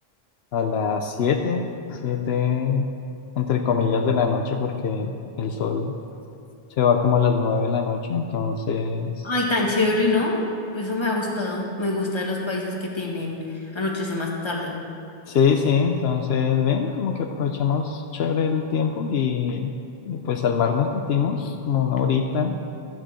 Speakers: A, on the left (about 80°); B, on the left (about 25°).
A: a las siete 7 entre comillas de la noche, porque el sol se va como a las 9 de la noche, entonces,
B: ay, tan chévere, ¿no? Eso me ha gustado. Me gusta de los países que tienen anochece más tarde.
A: sí, sí, entonces, bien, como que aprovechamos chévere el tiempo y, y pues al mar nos metimos como una horita